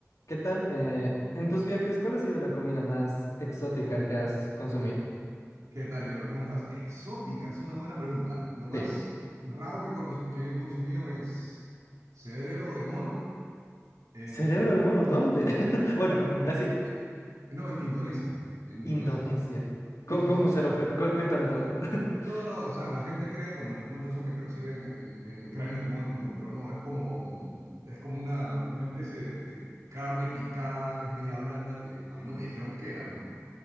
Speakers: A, on the left; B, on the right.
A: ¿Qué tal? Eh, en tus viajes, ¿cuál ha sido la comida más exótica que has consumido?
B: ¿Qué tal, Lior? ¿Cómo estás? Exótica, es una buena pregunta. Lo más
A: Sí.
B: raro que, cono- que he consumido es cerebro de mono. eh,
A: Cerebro de mono, ¿dónde? <laughs> Bueno,
B: no, de mono,
A: Brasil,
B: eh, no, en Indonesia. En
A: Indonesia.
B: Indonesia.
A: ¿Cómo,
B: Sí, sí,
A: cómo
B: sí, sí.
A: se lo... pre- cu- Cuéntame todo. <laughs>
B: No, no, o sea, la gente cree cuando les cuento eso que te lo sirven en el, en el cráneo del mono, ¿no? Pero no, es como, es como una, una especie de, de carne picada que es media blanda que a mí no me dijeron qué era, ¿no?